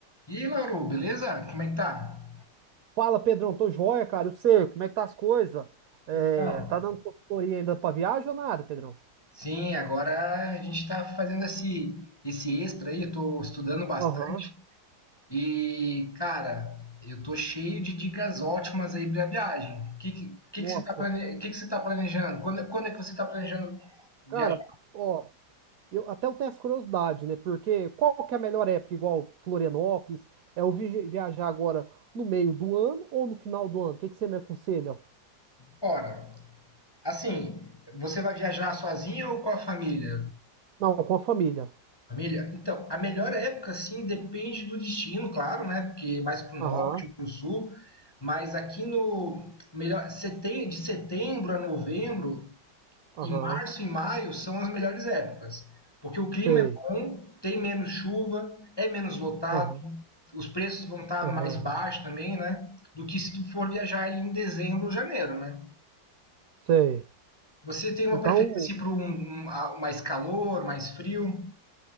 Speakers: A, on the left (about 30°); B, on the right (about 65°).
A: E aí, Lauro, beleza? Como é que tá?
B: Fala, Pedrão, tô joia, cara. Eu sei, como é que tá as coisas? É,
A: Então,
B: tá dando consultoria ainda pra viagem ou nada, Pedrão?
A: Sim, agora a gente tá fazendo esse, esse extra aí, eu tô estudando bastante
B: Aham.
A: e, cara, eu tô cheio de dicas ótimas aí pra viagem. O que, que, que,
B: Nossa.
A: que, você tá plane... que, que você tá planejando? Quando, quando é que você tá planejando viajar
B: Cara, ó, eu até eu tenho essa curiosidade, né? Porque qual que é a melhor época, igual Florianópolis? É eu vi- viajar agora no meio do ano ou no final do ano? O que que você me aconselha?
A: fora? Assim, você vai viajar sozinho ou com a família?
B: Não, com a família.
A: Família, então, a melhor época, sim depende do destino, claro, né? Porque mais para o norte,
B: Aham,
A: para o sul. Mas aqui no melhor setem- de setembro a novembro
B: aham,
A: e março e maio são as melhores épocas, porque o clima
B: sei.
A: é bom, tem menos chuva, é menos lotado,
B: Aham,
A: os preços vão estar
B: aham,
A: mais baixos também, né? Do que se tu for viajar em dezembro ou janeiro, né?
B: sei.
A: Você tem uma
B: Então,
A: preferência para um, um, a- mais calor, mais frio?